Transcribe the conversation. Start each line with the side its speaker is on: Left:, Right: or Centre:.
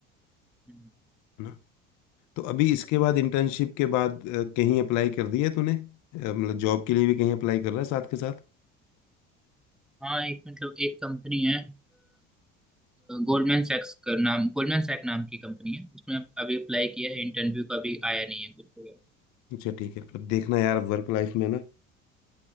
Centre: हम्म।
Left: ना तो अभी इसके बाद इंटर्नशिप के बाद अ, कहीं अप्लाई कर दिया तूने अ, मतलब जॉब के लिए भी कहीं अप्लाई कर रहा है साथ के साथ
Centre: हाँ एक मतलब एक कंपनी है गोल्डमैन सैक्स का नाम गोल्डमैन सैक नाम की कंपनी है उसमें अभी अप्लाई किया है इंटरव्यू का भी आया नहीं है कुछ वगैरह
Left: अच्छा ठीक है पर देखना यार वर्क लाइफ में ना